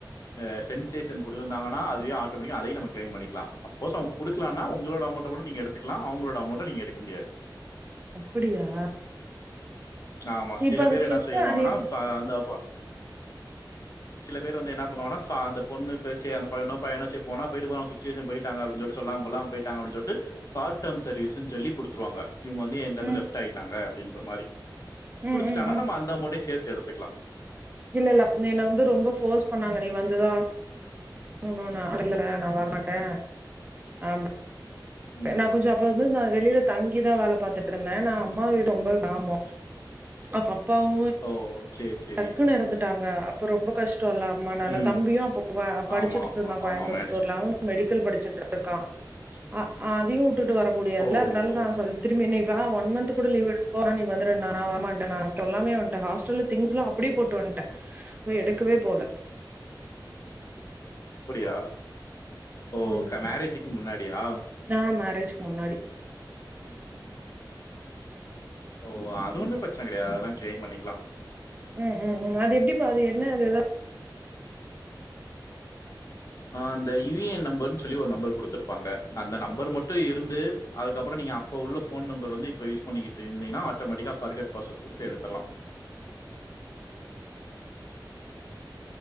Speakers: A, on the left; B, on the right.
A: அ சென்சேஷன் குடுத்துருந்தாங்கனா அதுவே ஆட்டோமெடிக்கா அதையு நம்ம கிளைம் பண்ணிக்கலா சப்போஸ் அவுங்க குடுக்கலனா உங்களோட அமௌன்ட்ட கூட நீங்க எடுத்துக்கலா அவங்களோட அமௌன்ட்ட நீங்க எடுக்க முடியாது
B: அப்பிடியா
A: ஆமா
B: இப்ப
A: சில
B: அத
A: பேர் என்ன
B: செக்
A: செய்வாங்கனா
B: ப அது எப்ப
A: ச அந்தாபா சில பேர் வந்து என்னா பண்ணுவாங்னா ச அந்த பொண்ணு போச்சு அந்த பொண்ணோ பயனோ செரி போனா போயிட்டு போறா சிச்சுவேஷன் போய்ட்டா அப்டினு சொல்லிட்டு செரி சொல்லாம சொல்லாம போயிட்டா அப்டின் சொல்ட்டு ஸாட் டெம் சர்வீஸ்னு சொல்லி குடுத்துருவாங்க இவுங்க வந்து என்டேந்து
B: ம்
A: லெஃப்ட் ஆயிட்டாங்க அப்டின்ற மாரி
B: ம்
A: குடுத்துட்டானா
B: ம்
A: நம்ம அந்த அமௌன்ட்டயு சேத்து எடுத்துக்லா
B: இல்லல்ல என்ன வந்து ரொம்ப ஃபோர்ஸ் பண்ணாங்க நீ வந்துதா ஆகனுனு இல்ல நா வரமாட்ட அப்
A: ம்
B: நா கொஞ்ச அப்ப வந்து நா வெளில தங்கிதா வேல பாத்துட்ருந்த நா அம்மா வீடு ரொம்ப கிராம அப்ப அப்பாவு
A: ஓ! சரி, சரி.
B: டக்குனு எறந்துட்டாங்க அப்ப ரொம்ப கஷ் டல்ல அம்மானால
A: ம்.
B: தம்பியு அப்ப படிச்சிட்ருந்தா
A: ஆமா, ஆமா, ஆமா,
B: கோயம்புத்தூர்ல
A: ஆமா. மேரேஜ்
B: அவனு மெடிக்கல் படிச்சுட்ரு க்கா அ அதையு உட்டுட்டு வர முடியாதுல
A: ஓ!
B: அதனால நா
A: ஓகே.
B: சொல் திரும்பி நீ வா ஒன் மன்த் து கூட லீவ் எடுத்துக்கோ ஆனா நீ வந்துருனா நா வரமாட்ட நா சொல்லாமயே வன்ட்ட ஹாஸ்டல்ல திங்ஸ்லா அப்டியே போட்டு வன்ட்டே போய் எடுக்கவே போல
A: அப்டியா ஓ
B: ம்.
A: க மேரேஜுக்கு முன்னாடியா
B: நான் மேரேஜ்க்கு முன்னாடி
A: ம் ம் ஓ அதொன்னு பிரச்சன கெடையாது அதெல்லா கிளெய்ம் பண்ணிக்லா
B: ம் ம் ம் அதெப்டிபா அது என்ன அது எதா
A: அந்த யு ஏ நம்பர்ன் சொல்லி ஒரு நம்பர் குடுத்ருப்பாங்க அந்த நம்பர் மட்டு இருந்து அதுக்கப்பற நீங்க அப்ப உள்ள ஃபோன் நம்பர் வந்து இப்ப யூஸ் பண்ணிகிட்டு இருந்தினா ஆட்டோமெட்டிக்கா ஃபர்கெட் பாஸ்வேர்டு குடுத்து எடுத்தர்லா